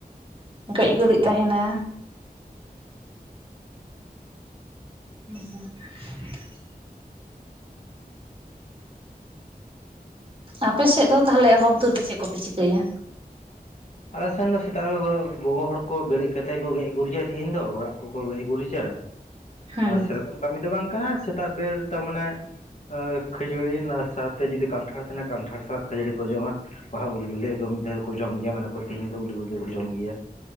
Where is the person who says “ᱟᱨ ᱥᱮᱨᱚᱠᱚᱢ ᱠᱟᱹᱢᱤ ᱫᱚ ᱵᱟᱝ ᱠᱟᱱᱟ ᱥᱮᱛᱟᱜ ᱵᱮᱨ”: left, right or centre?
Left